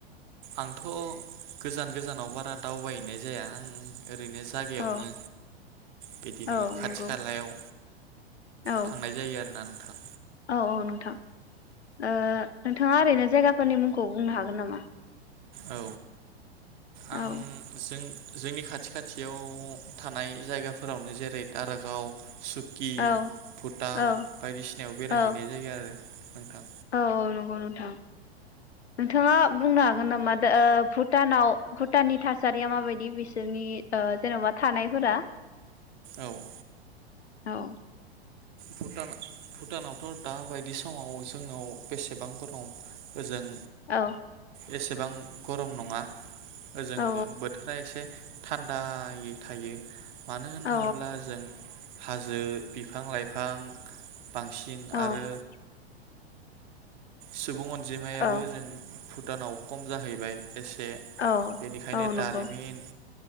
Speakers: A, on the right; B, on the left.
A: आंथ' गोजान गोजानाव बारा दावबायहैनाय जाया। आं ओरैनो जागायावनो
B: औ
A: बिदिनो
B: औ
A: खाथि
B: नंगौ
A: खालायाव
B: औ
A: थांनाय जायो आरोना नों थां
B: औ औ नोंथां। नोंथाङा ओरैनो जायगा फोरनि मुंखौ बुंनो हागोन नामा?
A: औ।
B: औ
A: आं जों जोंनि खाथि खाथियाव थानाय जायगाफोरावनो जेरै दारागाव। सुकि
B: औ
A: भुटान
B: औ
A: बायदिसिनायाव बेरायहैनाय
B: औ
A: जायो आरो। नोंथां।
B: औ नंगौ नोंथां नोंथाङा बुंनो हागोन नामा? दा भुटानाव भुटाननि थासारिया माबायदि बिसोरनि जेनबा थानायफोरा।
A: औ।
B: औ।
A: भुटान भुटानावथ' दा बायदि समाव जोंनाव बेसेबां गरम ओजों।
B: औ।
A: एसेबां गरम नङा, ओजों
B: औ
A: बोथोरा एसे थान्दाआयै थायो, मानो होनोब्ला
B: औ
A: जों हाजो बिफां लाइ बिफां, बांसिन
B: औ
A: आरो सुबुं अन अनिजमायाबो
B: औ
A: ओजों, भुटानाव खम जाहैबाय, एसे
B: औ
A: बेनिखायनो
B: औ नंगौ
A: दारिमिन